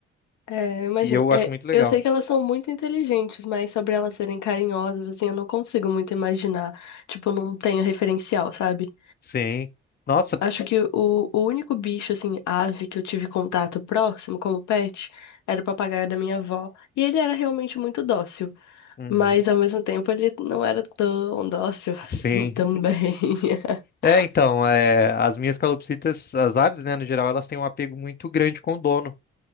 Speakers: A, on the left (about 60°); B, on the left (about 30°).
A: É, eu imagino.
B: E eu
A: É,
B: acho muito legal.
A: eu sei que elas são muito inteligentes, mas sobre elas serem carinhosas, assim, eu não consigo muito imaginar. Tipo, eu não tenho referencial, sabe?
B: Sim. Nossa.
A: Acho que o, o único bicho, assim, ave que eu tive contato próximo como pet era o papagaio da minha avó. E ele era realmente muito dócil.
B: Uhum.
A: Mas ao mesmo tempo ele não era tão dócil assim
B: Sim.
A: também. <laughs>
B: É, então, é, as minhas calopsitas, as aves, né, no geral, elas têm um apego muito grande com o dono.